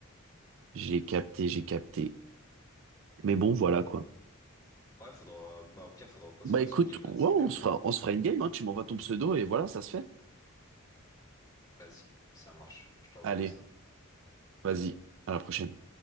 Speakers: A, on the right; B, on the left.
A: j'ai capté, j'ai capté. Mais bon, voilà quoi.
B: Ouais, faudra. Bah, au pire, faudra qu'on
A: Bah
B: se fasse
A: écoute,
B: une game
A: ouais,
B: un de ces quatre.
A: on se fera,
B: hein.
A: on se fera une game, hein. Tu m'envoies ton pseudo et voilà, ça se fait.
B: Vas-y, ça marche. Je t'enverrai
A: Allez,
B: ça.
A: vas-y, à la prochaine.